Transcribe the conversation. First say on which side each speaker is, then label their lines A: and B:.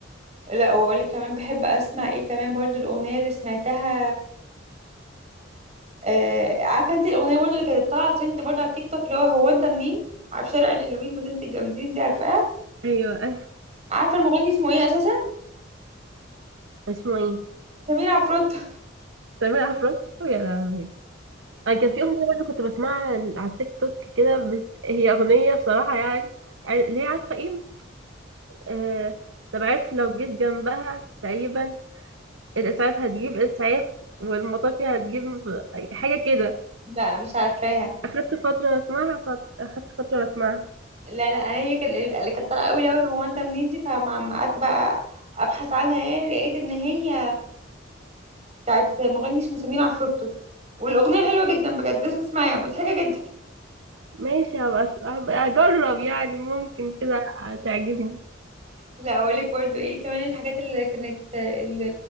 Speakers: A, on the right (about 35°); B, on the right (about 80°).
A: لا، واقول لك كمان بحب اسمع ايه كمان برضو الاغنيه اللي سمعتها آه، عارفه انت الاغنيه برضو اللي كانت طالعه ترند برضو على التيك توك اللي هو هو انت منين عارف شارع الحلوين مدينه الجامدين دي عارفاها
B: ايوه أيوة.
A: عارفه المغني اسمه ايه اساسا
B: اسمه ايه
A: سمير عفروتو
B: سمير عفروت يا لهوي انا كان في اغنيه برضه كنت بسمعها ال- على التيك توك كده بس هي اغنيه بصراحه يعني ع- اللي هي عارفه ايه آه... طب عارف لو جيت جنبها تقريبا الاسعاف هتجيب اسعاف والمطافي هتجيب حاجه كده
A: <laughs> لا مش عارفاها
B: اخدت فتره اسمعها فت... اخدت فتره اسمعها
A: لا لا انا هي كان- اللي كانت طالعه قوي قوي هو انت منين دي فما ما قعدت بقى ابحث عنها ايه لقيت ان هي بتاعت مغني اسمه سمير عفروتو والاغنيه حلوه جدا بجد لازم تسمعيها مضحكه جدا
B: ماشي هبقى أس- هبقى اجرب يعني ممكن كده تعجبني
A: لا اقول لك برضو ايه كمان الحاجات اللي كانت اللي,